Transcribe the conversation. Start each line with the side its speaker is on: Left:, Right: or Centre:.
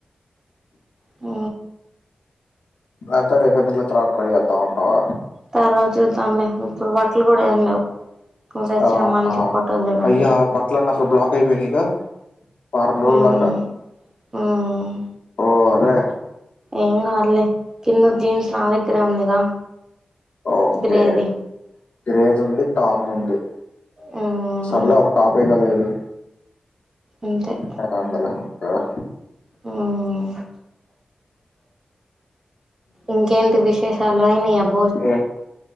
Right: ఓ
Left: రాతిపై పోయిందంటే తరవాత ట్రై చేద్దాం ఉంటావా
Right: తార్వాత చూద్దాం లే ఇప్పుడు బట్టలు కూడా ఏం లేవు నువ్వు తెచ్చిన
Left: ఆ
Right: మంచి
Left: ఆ
Right: ఫోటోలు దిగడానికి
Left: అయ్యా బట్టలన్నీ బ్లాక్ అయిపోయినయిగా వారం రోజులు
Right: హ్మ్
Left: దాకా
Right: హ్మ్
Left: ఓర్ రే
Right: ఏం కాదులే కింద జీన్స్ నా దగ్గరే ఉందిగా
Left: ఓకే
Right: గ్రేది
Left: గ్రేజ్ ఉంది టామ్ ఉంది
Right: హ్మ్
Left: సర్లే ఒక టాపే కాలేదు
Right: అంతే
Left: <unintelligible> బెలహం ఓ
Right: మ్మ్ ఇంకేంటి విశేష్ చల్లగైనయి ఎమ్
Left: లే